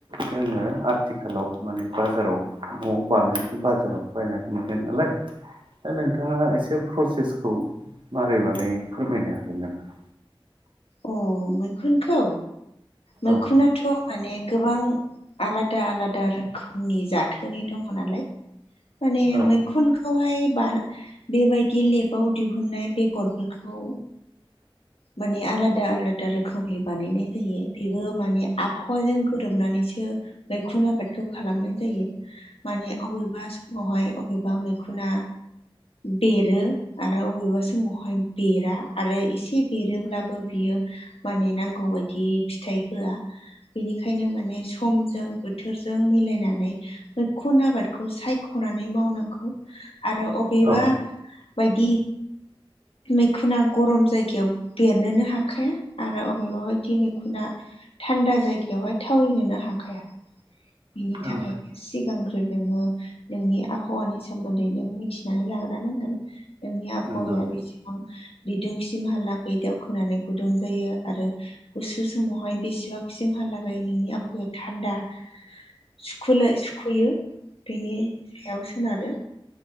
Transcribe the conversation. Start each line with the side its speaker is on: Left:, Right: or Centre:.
Right: जोङो आथिखालाव माने बाजाराव न'आव बानायनायखौ बाजाराव बायनानै मोनो नालाय दा नोंथाङा एसे प्रसेसखौ मारै बानायो फोरमायनो हागोन नामा?
Left: अ मैखुनखौ मैखुनाथ'
Right: औ
Left: माने गोबां आलादा आलादा रोखोमनि जाथोननि दङ' नालाय माने
Right: औ
Left: मैखुन खौहाय बा बेबायदि लेबाव दिहुननाय बेगरफोरखौ माने आलादा आलादा रोखोमनि बानायनाय जायो बेबो माने आबहावाजों गोरोबनानैसो मैखुन आबादखौ खालामनाय जायो माने अबेबा समावहाय बबेबा मैखुना बेरो आरो अबेबा समावहाय बेरा आरो इसे एरोब्लाबो बियो माने नांगौ बायदि फिथाइ होआ। बेनिखायनो माने समजों बोथोरजों मिलायनानै मैखुन आबादखौ सायख'नानै मावनांगौ आरो अब बेबा
Right: औ
Left: बायदि मैखुना गरम जायगायाव बेरनोनो हाखाया आरो अबेबा बायदि मैखुना थान्दा जायगायावहाय थावरिनोनो हाखाया बिनि थाखायनो
Right: औ
Left: सिगांग्रो नोङो नोंनि आबहावानि सोमोन्दै नों मिथिनानै लाग्रो नांगोन। नोंनि आबहावाया
Right: नंगौ
Left: बेसेबां बिदुंसिमहालागै दावखोनानै गुदुं जायो आरो गुसु समावहाय बेसेबांसिमहालागै नोंनि आफहावाया थान्दा सुखुलाय सुखुयो बेनि सायाव सोनारो।